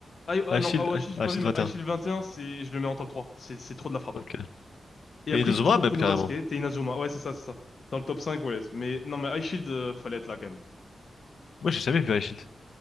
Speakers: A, on the left; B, on the left.
A: Ah, ah
B: Ashield...
A: non, Awashi,
B: Ah,
A: j'ai pas
B: Ashield
A: vu, mais
B: 21.
A: High Shield 21, c'est, je le mets en top trois, C'est c'est trop de la frappe.
B: Ok.
A: Et
B: Et
A: après,
B: Inazuma,
A: Kuroko
B: même,
A: no
B: carrément.
A: Basket et Inazuma. Ouais, c'est ça, c'est ça. Dans le top cinq ouais. Mais non, mais High Shield, euh, fallait être là quand même.
B: Moi, j'ai jamais vu Ashield.